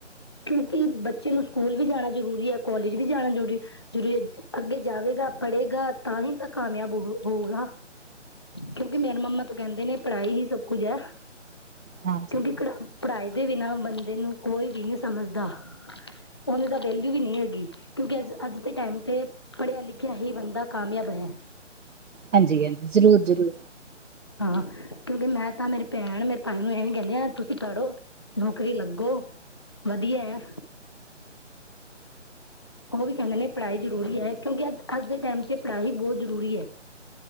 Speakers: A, on the left; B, on the right.
A: ਕਿਉਂਕਿ ਬੱਚੇ ਨੂੰ ਸਕੂਲ ਵੀ ਜਾਣਾ ਜ਼ਰੂਰੀ ਐ, ਕੌਲਜ ਵੀ ਜਾਣਾ ਜ਼ਰੂਰੀ ਹੈ, ਅੱਗੇ ਜਾਵੇਗਾ ਪੜ੍ਹੇਗਾ, ਤਾਂ ਹੀ ਤਾਂ ਕਾਮਯਾਬ ਹੋ ਹੋਊਗਾ। ਕਿਉਂਕਿ ਮੇਰੇ ਮੰਮਾ ਤੋਂ ਕੈਹਦੇ ਨੇ, ਪੜ੍ਹਾਈ ਹੀ ਸਭ ਕੁੱਝ ਹੈ।
B: ਹਾਂਜੀ,
A: ਕਿਉਂਕਿ ਪੜ੍ਹਾਈ ਦੇ ਬਿਨਾਂ ਬੰਦੇ ਨੂੰ ਕੋਈ ਵੀ ਨੀ ਸਮਝਦਾ। ਉਵੇ ਤਾਂ ਵੈਲਿਊ ਵੀ ਨੀ ਹੈਗੀ, ਕਿਉਂਕਿ ਅੱਜ ਅੱਜ ਦੇ ਟਾਈਮ ਤੇ ਪੜ੍ਹਿਆ-ਲਿਖਿਆ ਹੀ ਬੰਦਾ ਕਾਮਯਾਬ ਹੈ।
B: ਹਾਂਜੀ-ਹਾਂਜੀ, ਜ਼ਰੂਰ-ਜ਼ਰੂਰ
A: ਹਾਂ, ਕਿਉਂਕਿ ਮੈਂ ਤਾਂ ਮੇਰੀ ਭੈਣ ਮੇਰੇ ਭਾਈ ਨੂੰ ਐਵੇ ਵੀ ਕੈਹਨੀ ਆ, ਤੁਸੀਂ ਪੜੋ। ਨੌਕਰੀ ਲੱਗੋ ਵਧੀਆ ਐ। ਓ ਵੀ ਕੈਹਦੇ ਨੇ ਪੜ੍ਹਾਈ ਜ਼ਰੂਰੀ ਹੈ, ਕਿਉਂਕਿ ਅੱਜ ਦੇ ਟੈਮ ਚ ਪੜ੍ਹਾਈ ਹੀ ਬੋਤ ਜ਼ਰੂਰੀ ਹੈ।